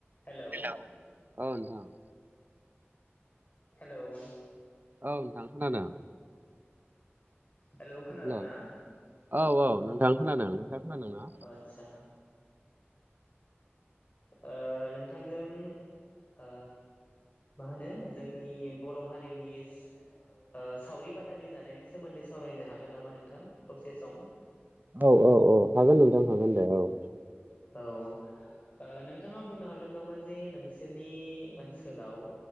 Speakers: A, on the left (about 40°); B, on the right (about 45°).
A: Hello
B: hello ओ नोंथां
A: hello
B: औ नोंथां खोनादों
A: हेलौ खोनादोंना
B: हेल' औ औ नोंथां खोनादों नोंथांआ खोनादों ना
A: आदसा ओ नोंथांजों ओ मा होनो जोंनि बर' हारिनि ओ‌ सावरि बादालि जानायनि सोमोन्दै सावरायनो हागोन नामा नोंथां दसे सम
B: औ औ औ हागोन नोंथां हागोन दे औ
A: औ ओ नोंथाङा बुंनो हागोन नामा जे नोंसोरनि ओनसोलाव